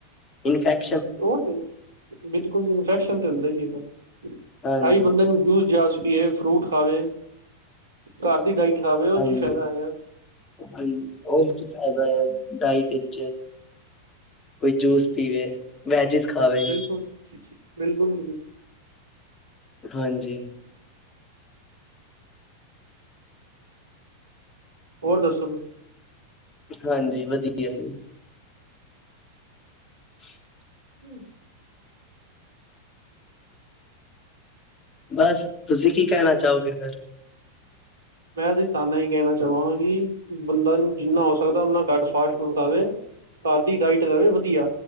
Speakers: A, on the left (about 25°); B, on the right (about 70°).
A: ਇਨਫੈਕ
B: ਓਕੇ, ਬਿਲਕੁਲ ਇਨਫੈਕਸ਼ਨ ਤੇ ਹੁੰਦਾ ਈ ਹੈਗਾ
A: ਹਾਂਜੀ
B: ਆਈ ਬੰਦੇ, ਨੂੰ ਜੂਸ -ਜਾਸ ਪੀਏ ਫਰੂਟ ਖਾਵੇ, ਘਰ ਦੀ ਡਾਇਟ ਖਾਵੇ ਉਹ
A: ਹਾਂਜੀ
B: ਚ ਹੀ, ਫ਼ਾਇਦਾ ਹੈਗਾ
A: ਹਾਂਜੀ ਉਹਦੇ ਚ ਫਾਇਦਾ ਆ ਡਾਇਟ ਵਿੱਚ ਕੋਈ ਜੂਸ ਪੀਵੇ, ਵੈਜਿਜ ਖਾਵੇ
B: ਹੁਣ, ਬਿਲਕੁਲ ਜੀ, ਬਿਲਕੁਲ
A: ਹਾਂਜੀ।
B: ਹੋਰ ਦੱਸੋ ਤੁਸੀਂ?
A: ਹਾਂਜੀ, ਵਧੀਆ ਜੀ <unintelligible>
B: ਹਮ
A: ਬਸ, ਤੁਸੀਂ ਕੀ ਕਹਿਣਾ, ਚਾਹੋਗੇ ਫੇਰ?
B: ਮੈਂ ਤੇ ਤਾ ਨਾ ਹੀ ਕਹਿਣਾ ਚਾਹਾਂ ਕਿ, ਬੰਦਾ ਜਿੰਨਾ ਹੋ ਸਕਦਾ, ਓਨਾ ਘੱਟ ਫਾਸਟ ਫੂਡ ਖਾਵੇ। ਘਰ ਦੀ ਡਾਇਟ ਲਵੇ ਵਧੀਆ,